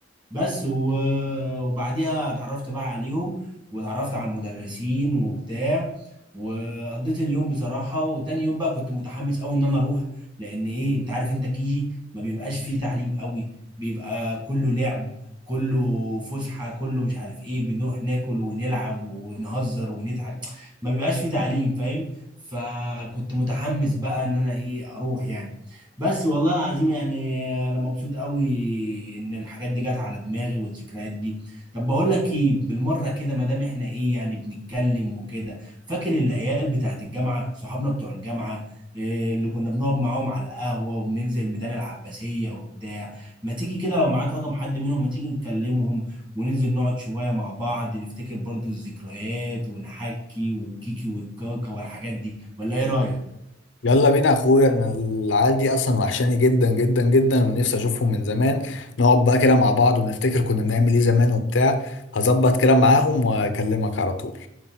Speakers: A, on the right; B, on the left.
A: بس و... وبعديها اتعرفت بقى عليهم واتعرفت على المدرسين وبتاع وقضيت اليوم بصراحة وتاني يوم بقى كنت متحمس قوي ان انا اروح لان ايه انت عارف انت كيجي ما بيبقاش فيه تعليم قوي بيبقى كله لعب كله فسحة كله مش عارف ايه بنروح ناكل ونلعب ونهزر ونضحك ما بيبقاش فيه تعليم فاهم فكنت متحمس بقى ان انا ايه اروح يعني بس والله العظيم يعني انا مبسوط قوي ان الحاجات دي جت على دماغي والذكريات دي طب بقول لك ايه بالمره كده ما دام احنا ايه يعني بنتكلم وكده فاكر العيال بتاعت الجامعه صحابنا بتوع الجامعه إيه اللي كنا بنقعد معاهم على القهوه وبننزل ميدان العباسيه وبتاع ما تيجي كده لو معاك رقم حد منهم ما تيجي نكلمهم وننزل نقعد شويه مع بعض نفتكر برضو الذكريات ونحكي والكيكي والكاكا والحاجات دي ولا ايه رايك
B: يلا بينا يا اخويا انا العيال دي اصلا وحشاني جدا جدا جدا ونفسي اشوفهم من زمان نقعد بقى كده مع بعض ونفتكر كنا بنعمل ايه زمان وبتاع هظبط كده معاهم واكلمك على طول